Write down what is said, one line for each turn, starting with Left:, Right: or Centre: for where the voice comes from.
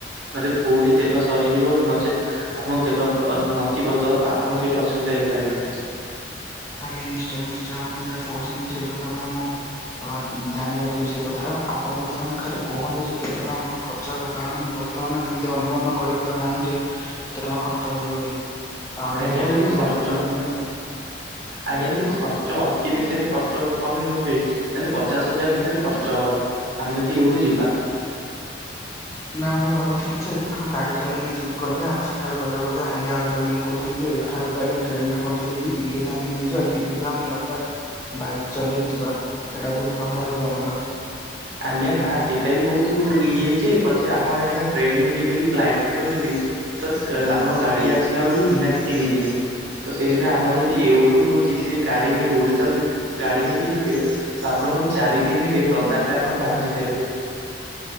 Right: ନଚେତ୍ କୋଉଠି ତେଲ ସରିଯିବ ନଚେତ୍ ଆପଣ ତେଲ ଅ-ନଥିବ ତ ଆପଣ ସେଇଠି ଅସୁବିଧା ହେଇପାରନ୍ତି।
Left: ଆଜ୍ଞା ନିଶ୍ଚୟ ନିଶ୍ଚୟ ଆପଣ ଯାହା କହୁଛନ୍ତି ସେଇ କଥା ପାଇଁ ମୁଁ ଅ ଧ୍ୟାନ ରଖିବି ସେ କଥାର ଆପଣଙ୍କ ସାଙ୍ଗେ ଖାଲି କୁହନ୍ତୁ ଯେ କେତେ ଟଙ୍କା କଣ ଖର୍ଚ୍ଚ ହେବ କାରଣ ମୁଁ ବର୍ତ୍ତମାନ ଏମିତି ଅନୁମାନ କରିପାରୁନାହିଁ ଯେ କେତେ ଟଙ୍କା ଖର୍ଚ୍ଚ ହେବ ବୋଲି ଆଉ
Right: ଆଜ୍ଞା
Left: ଏବେ ବର୍ତ୍ତମାନ
Right: ଯଦି
Left: ଟିକେ
Right: ଖର୍ଚ୍ଚ
Left: ମତେ ଜଣେଇ ଦିଅନ୍ତୁ।
Right: ଆଜ୍ଞା ଯଦି ଖର୍ଚ୍ଚ ଅତି ବେଶୀରେ ଖର୍ଚ୍ଚ କହିବେ ତାହେଲେ ପଚାଶ ହଜାର ଭିତରେ ଖର୍ଚ୍ଚ ହବ ଆମେ ଯଦି ଏଇଠୁ ଯିବା।
Left: ନା ମୁଁ ଭାବୁଥିଲି ଯେ ଏଠୁ ଗାଡି ଚଲେଇକି ଯ ଗଲେ ଆମେ ସେଠାରୁ ଗଲା ବେଳକୁ ହାଲିଆ ହେଇଯିବ ମୁଁ କହୁଥିଲି ଏଠାରୁ ଗାଡି ଟ୍ରେନ ରେ ପଠେଇ ଦେଇେଇକି ଦିଲ୍ଲୀ ଯାଇକେ ନେଇଯିବ ଦିଲ୍ଲୀରୁ ଆମେ ଲଦାଖ ବାଇକ ଚଲେଇକି ଯିବା ଏଇଟା ବହୁତ ଭଲ ରହିବ ଆମ ପାଇଁ।
Right: ଆଜ୍ଞା ନା ସେଇଟା ବି ବହୁତ ଇଏ ଯେ ପଛେ ଆପଣ ଏଇନା ଟ୍ରେନରେ ଯିବେ କି ଫ୍ଲାଇଟ ରେ କଲେ ବି ତ ଆପଣଙ୍କ ଗାଡି ଆସିଲା ବେଳକୁ ନିହାତି ତିନି ଦିନ। ତ ସେଇଥିପାଇଁ ଆପଣ ଯଦି ଏଇଠୁ ଯିବେ ଗାଡି ନେଇକି ଓଡିଶାରୁ ଯଦି ଗାଡି ନେଇକି ଯିବେ ତ ଆପଣଙ୍କୁ ଚାରି ଦିନରେ ଲଦାଖ ରେ ଆପଣ ପହଞ୍ଚି ପାରିବେ।